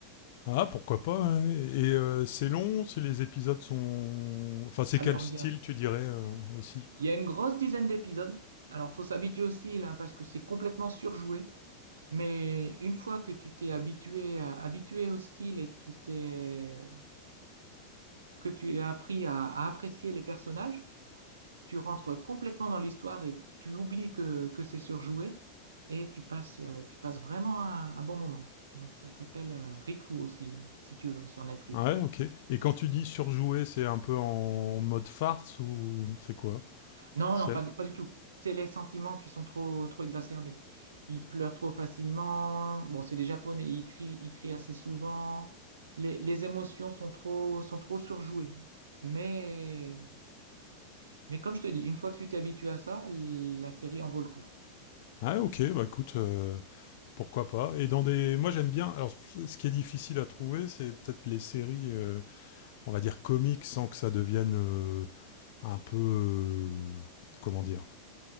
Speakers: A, on the left; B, on the right.
A: Ah, pourquoi pas. hein. Et, euh, c'est long, c'est les épisodes sont. Enfin, c'est
B: Alors,
A: quel style
B: il y a,
A: tu dirais euh, aussi?
B: il y a une grosse dizaine d'épisodes. Alors, faut s'habituer aussi là, parce que c'est complètement surjoué. Mais une fois que tu t'es habitué, à- habitué au style et que tu t'es, que tu as appris à à apprécier les personnages, tu rentres complètement dans l'histoire et tu oublies que, que c'est surjoué et tu passes, euh, tu passes vraiment un, un bon moment. Donc ça s'appelle euh, Riku aussi, si tu veux, sur Netflix.
A: Ouais, OK. Et quand tu dis surjouer, c'est un peu en mode farce ou c'est quoi?
B: Non,
A: C'est
B: non, pas du, pas du tout. C'est les sentiments qui sont trop, trop exacerbés. Ils pleurent trop facilement. Bon, c'est des Japonais, ils crient, ils crient assez souvent. Les, les émotions sont trop, sont trop surjouées. Mais, mais comme je te dis, une fois que tu t'es habitué à ça, la série en vaut le coup.
A: ah OK, bah écoute, heu, pourquoi pas et dans des moi j'aime bien alors ce ce qui est difficile à trouver, c'est peut-être les séries, heu, on va dire comiques sans que ça devienne, heu, un peu, heu, comment dire?